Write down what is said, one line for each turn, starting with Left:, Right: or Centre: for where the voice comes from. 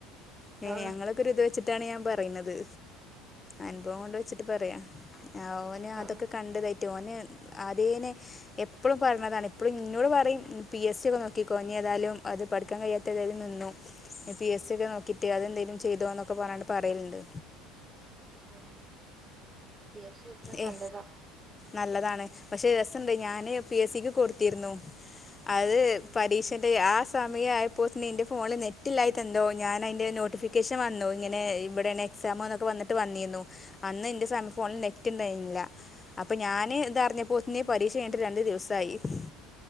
Left: ഏ
Right: ആ
Left: ഞങ്ങളൊക്കെര്ത് ഇത് വെച്ചിട്ടാണ് ഞാൻ പറ പറയിന്നത്. അനുഭവം കൊണ്ട് വെച്ചിട്ട് പറയാ ഓന്
Right: ആ
Left: അതൊക്കെ കണ്ട് കഴി റ്റോന് അതേനെ എപ്പളും പറഞ്ഞതാണ് ഇപ്പളും ഇന്നോട് പറയും പി എസ് സി ഒക്കെ നോക്കിക്കോ നി ഏതായാലും അത് പഠിക്കാൻ കഴിയാത്തേതായാലും നിന്നു പി എസ് സി ഒക്കെ നോക്കിട്ട് അതെന്നേലും ചെയ്തോന്നൊക്കെ പറഞ്ഞാണ്ട് പറയല്ണ്ട്
Right: ആ ആ പി എസ് ഇ എഴുതണ
Left: ഏ
Right: നല്ലതാ
Left: നല്ലതാണ് പക്ഷേ രസണ്ട് ഞാന് പി എസ് സിക്ക് കൊടുത്തിരുന്നു അത്
Right: ഉം.
Left: പരീക്ഷെന്റെ ആ സമയം ആയപ്പോ തന്നെ എന്റെ ഫോണിൽ നെറ്റ് ഇല്ലായിട്ടെന്തോ ഞാൻ അയിന്റെ നോട്ടിഫിക്കേഷൻ വന്നു ഇങ്ങനെ ഇവിടെണ് എക്സാമ് എന്നൊക്കെ വന്നിട്ട് വന്നിരുന്നു അന്ന് ന്റെ സ ഫോണിൽ നെറ്റ് ഇണ്ടായിരുന്നില്ല അപ്പ ഞാന് ഇതറിഞ്ഞപ്പോലതന്നെ പരീക്ഷ കഴിഞ്ഞട്ട് രണ്ട് ദിവസ സൈഫ്